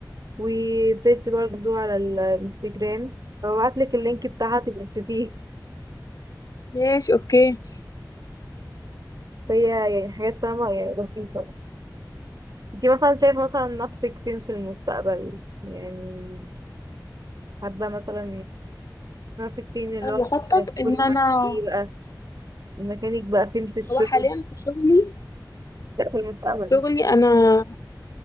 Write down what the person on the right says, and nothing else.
وبيج برضو على الانستجرام فببعتلك اللينك بتاعها تبقى تشوفيه
فهي يعني حاجات فاهمة يعني لطيفة انتي مثلا شايفة مثلا نفسك فين في المستقبل يعني حابة مثلا ماسك فين اللي
هو
هيكون
معاك ايه بقى الميكانيك بقى فين في الشغل
لا في المستقبل